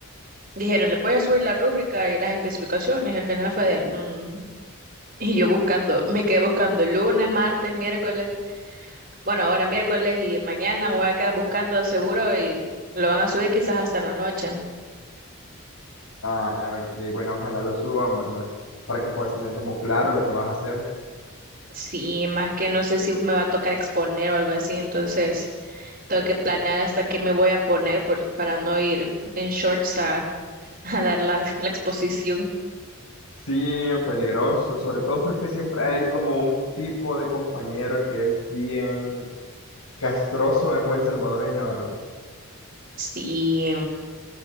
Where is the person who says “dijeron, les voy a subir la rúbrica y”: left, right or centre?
Right